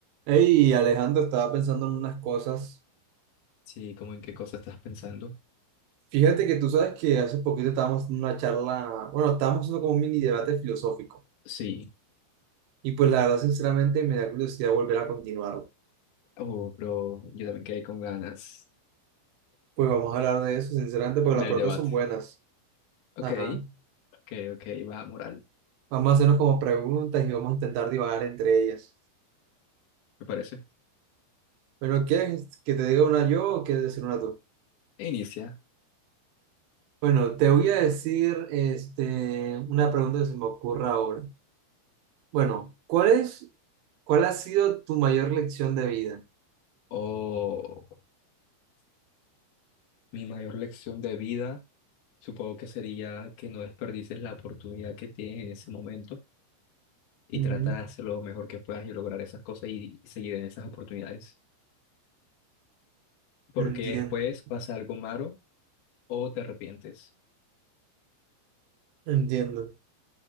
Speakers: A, on the right (about 75°); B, on the left (about 65°).
A: Hey, Alejandro, estaba pensando en unas cosas.
B: Sí, como en qué cosa estás pensando.
A: Fíjate que tú sabes que hace poquito estábamos en una charla, bueno, estábamos haciendo como un mini debate filosófico.
B: Sí,
A: Y pues la verdad, sinceramente, me da curiosidad volver a continuarlo.
B: oh, pero yo también quedé con ganas
A: Pues vamos a hablar de eso, sinceramente, porque
B: del
A: las preguntas
B: debate.
A: son buenas.
B: Ok,
A: Ajá.
B: ok, ok, va, moral,
A: Vamos a hacernos como preguntas y vamos a intentar divagar entre ellas.
B: me parece.
A: Bueno, ¿quieres que te diga una yo o quieres decir una tú?
B: E Inicia.
A: Bueno, te voy a decir este, una pregunta que se me ocurra ahora. Bueno, ¿cuál es, cuál ha sido tu mayor lección de vida?
B: Oh, mi mayor lección de vida, supongo que sería que no desperdices la oportunidad que tienes en ese momento y
A: Ujú,
B: trata de hacer lo mejor que puedas y lograr esas cosas y, y seguir en esas oportunidades. Porque
A: Entiendo,
B: después pasa algo malo o te arrepientes.
A: entiendo.